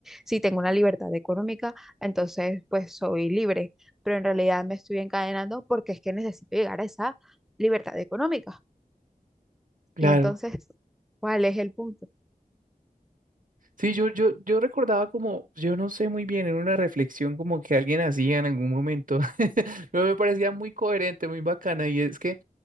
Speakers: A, in the centre; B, on the right.
A: si tengo una libertad económica, entonces pues soy libre pero en realidad me estoy encadenando porque es que necesito llegar a esa libertad económica.
B: Claro.
A: Y entonces, ¿cuál es el punto?
B: Sí, yo, yo, yo recordaba como, yo no sé muy bien, en una reflexión como que alguien hacía en algún momento, <laughs> pero me parecía muy coherente, muy bacana, y es que